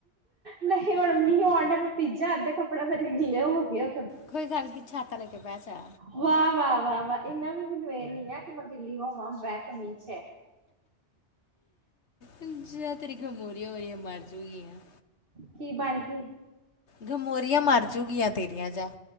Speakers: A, on the right (about 50°); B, on the left (about 70°).
A: ਨਹੀਂ ਹੁਣ ਮੀਂਹ ਆਉਣ ਡਿਆ ਮੈਂ ਪੀਜਾ ਅੱਧੇ ਕੱਪੜਾ ਮੇਰੇ ਗਿੱਲੇ ਹੋਗੇ ਆ
B: ਕੋਈ ਗੱਲ ਨੀ ਛਾਤਾ ਲੈ ਕੇ ਬਹਿ ਜਾ।
A: ਵਾਹ-ਵਾਹ-ਵਾਹ-ਵਾਹ ਇੰਨਾ ਵੀ ਮੈਨੂੰ ਇਹ ਨੀ‌ ਐ ਕਿ ਮੈਂ ਗਿਲੀ ਹੋਵਾਂ ਬਹਿ ਕੇ ਮੀਂਹ ਚੇ।
B: ਅੱਛਾ, ਤੇਰੀ ਗਮੋਰੀਆਂ ਹੋਈਆਂ ਮਰਜੂਗੀਆਂ।
A: ਕੀ ਬਣਗੀ
B: ਗਮੋਰੀਆਂ ਮਰਜੂਗੀਆਂ ਤੇਰੀਆਂ ਜਾ।